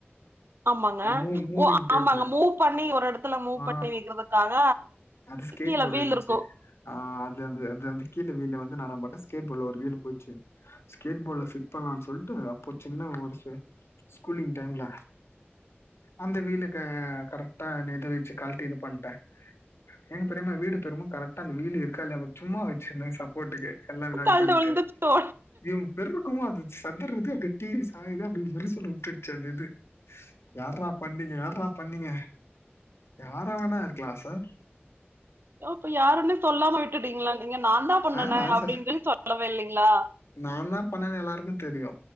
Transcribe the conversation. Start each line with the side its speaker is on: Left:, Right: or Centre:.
Right: ஆமாங்க
Left: மூ மூவிங்
Right: ஓ
Left: டேபிளு
Right: ஆமாங்க மூவ் பண்ணி ஒரு எடத்துல மூவ்
Left: ஆ
Right: பண்ணி வைக்கிறதுக்காக
Left: அது ஸ்கேட
Right: கீழ
Left: போர்டு
Right: வீல்
Left: இருந்துச்ச
Right: இருக்கும்.
Left: ஆ அது அந்த அது அந் கீழ வீல்ல வந்து நா நம்ப வந்து ஸ்கேட் போர்ட்ல ஒரு லீவு போச்சு ஸ்கேட் போர்ட்ல ஃபிட் பண்லா சொல்ட்டு அப்போ சின் ன ஒரு ஸு ஸ்கூலிங் டைம்ல அந்த வீலுக்கு கரெக்டானு இது வெச்சு கழட்ட இது பண்ட்டே எங்க பெரியாம வீடு பெருமா கரெக்டா அந்த வீலு இருக்கா இல்லயாம சும்மா வை சின்ன சப்போர்ட்டுக்கு எல்லா முன்னாடி
Right: கழண்டு
Left: பண்ட்டு
Right: விழுந்துருச்சோ!
Left: இவங்க பெருக்குகு அது சதுரு உதிய வெட்டி சாயுது அப்டி வெரிசல் விட்டுருச்சு அந்த இது யாரா பண்ணீங்க யாரா பண்ணுங்க யாரா வேணா இருக்கலா சார்
Right: இப்ப யாருன்னே சொல்லாம விட்டுட்டீங்களா நீங்க நா தா பண்ணுனே
Left: ஆ
Right: அப்டின்டு
Left: சார்
Right: சொல்லவே இல்லைங்களா
Left: நா தா பண்ணேன்னு எல்லாருக்கு தெரியு